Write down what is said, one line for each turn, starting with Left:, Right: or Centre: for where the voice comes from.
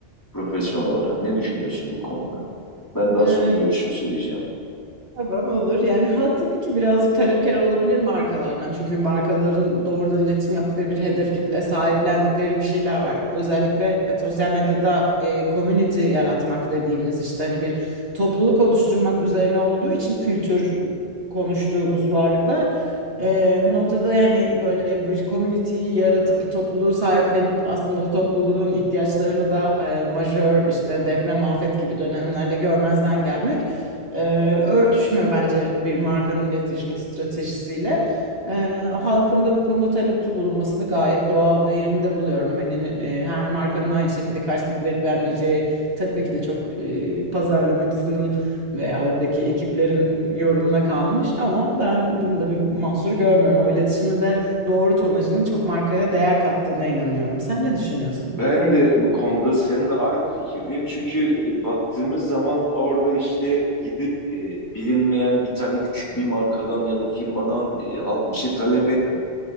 Left: profesyonel olarak? Ne düşünüyorsun bu konuda? Ben daha
Right: Evet.
Left: sonra görüşümü söyleyeceğim.
Right: Tamam olur. Yani ha tabii ki birazcık talepkar olabilir markalardan. Çünkü markaların doğrudan iletişim yaptıkları bir hedef kitle, sahiplendikleri bir şeyler var. Özellikle e, sosyal medyada e, community yaratmak dediğimiz işte hani bir topluluk oluşturmak üzerine olduğu için kültür konuştuğumuz varlıklar. E, bu noktada yani böyle bir community'yi yaratıp bir topluluğu sahiplenip aslında o topluluğun ihtiyaçlarını da e, majör işte deprem, afet gibi dönemlerde görmezden gelmek ee, örtüşmüyor bence bir markanın iletişim stratejisiyle. Ee, halkın da bu konuda talepte bulunmasını gayet doğal ve yerinde buluyorum. Hani ne- e, her markanın aynı şekilde karşılık verip vermeyeceği tabii ki de çok e, pazarlamacısının veya oradaki ekiplerin yorumuna kalmış ama ben bunda bir mahsur görmüyorum. O iletişimin de doğru tonajının çok markaya değer kattığına inanıyorum. Sen ne düşünüyorsun?
Left: Ben de bu konuda seninle aynı fikirdeyim. Çünkü e, baktığımız zaman orada işte gidip e, bilinmeyen bir tane küçük bir markadan ya da firmadan e, halk bir şey talep etmiyor.